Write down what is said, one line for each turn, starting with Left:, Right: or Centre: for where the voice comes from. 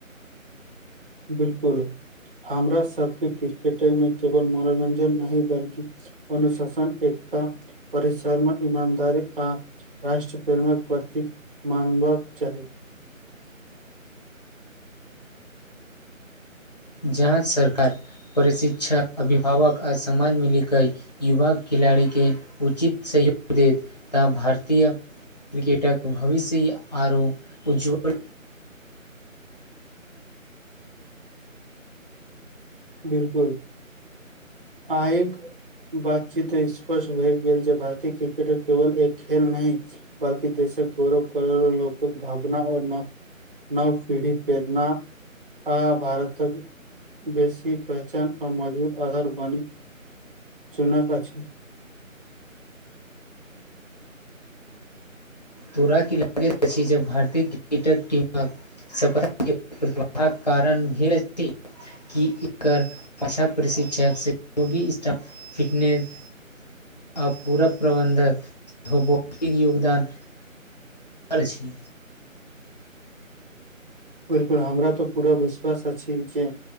Right: बिलकुल हमरा सबके क्रिकेटे मे केवल मनोरंजन नहि बल्कि अनुशासन एकता परिसरम इमानदारी आ राष्ट्र प्रेमक प्रतिक मानबाक चाही
Left: जहाँ सरकार प्रशिक्षक अभिभावक आ समाज मिलिक युवा खेलाड़ी के उचित सहयोग देत तऽ भारतीय क्रिकेटर भविष्य आरो उज्ज्वल
Right: बिलकुल आयक बातचीत स्पष्ट भए गेल जे भारतीय क्रिकेट केवल एक खेल नहि बल्कि देशक गौरव कर लोकक भावना ओ न नव पीढ़ी प्रेरना आ भारतक बेस पहचान आ मजबूत आधार बनी चुनत अछि
Left: तोड़ा की लागैत अछि जब भारतीय क्रिकटक टीमक सपत प्रतिभा कारण भीड़ी कि एकर भछा प्रशिक्षक स योगी स्टा फिटनेस अपू प्रबन्धकौतिक योगदान छी
Right: बिलकुल हमरा तऽ पूरा विश्वास अछि जे